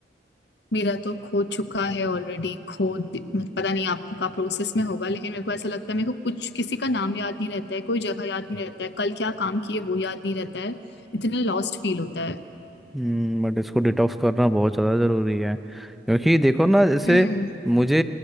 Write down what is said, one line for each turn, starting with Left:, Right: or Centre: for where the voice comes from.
Left: मेरा तो खो चुका है ऑलरेडी खो दि- मत- पता नहीं आपका प्रोसेस में होगा लेकिन मेरे को ऐसा लगता है मेरे को कुछ किसी का नाम याद नहीं रहता है कोई जगह याद नहीं रहता है कल क्या काम किए वो याद नहीं रहता है इतने लॉस्ट फील होता है
Centre: हम्म बट इसको डिटॉक्स करना बहुत ज़्यादा ज़रूरी है क्योंकि देखो ना जैसे
Left: हम्म
Centre: मुझे